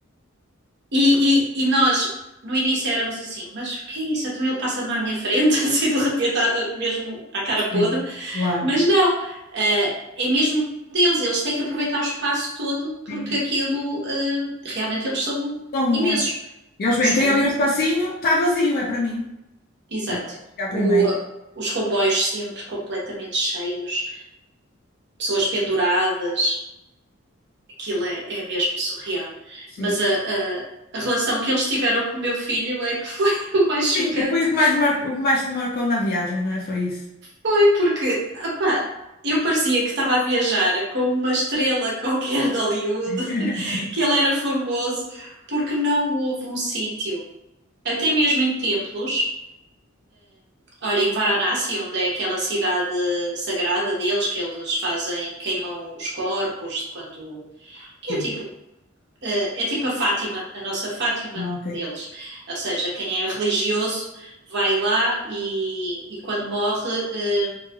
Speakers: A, on the right; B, on the left.
A: E, e, e nós, no início, éramos assim, mas o que é isso? Então ele passa-me à minha frente, <laughs> assim, de repente, mesmo à cara
B: Sim,
A: podre.
B: claro.
A: Mas não, eh, é mesmo deles. Eles têm que aproveitar o espaço todo, porque
B: Sim.
A: aquilo, eh, realmente, eles são
B: São muitos.
A: imensos.
B: Eles, bem,
A: Os com...
B: têm ali um espacinho, está vazio, é para mim.
A: Exato.
B: É para chegar primeiro.
A: O, os comboios sempre completamente cheios, pessoas penduradas. aquilo é, é mesmo surreal.
B: Sim.
A: Mas a, a, a relação que eles tiveram com o meu filho é que <laughs> foi o mais chocante.
B: Sim, e foi o que mais, mar... o que mais te marcou na viagem, não é? Foi isso.
A: Foi porque, opá, eu parecia que estava a viajar com uma estrela qualquer de Hollywood,
B: <laughs>
A: <laughs> que ele era famoso, porque não houve um sítio, até mesmo em templos. Olha, em Varanasi, onde é aquela cidade sagrada deles, que eles fazem, queimam os corpos quando. que
B: Sim.
A: é tipo eh, é tipo a Fátima, a nossa Fátima
B: Ah, ok.
A: deles. Ou seja, quem é religioso vai lá e, e quando morre, eh,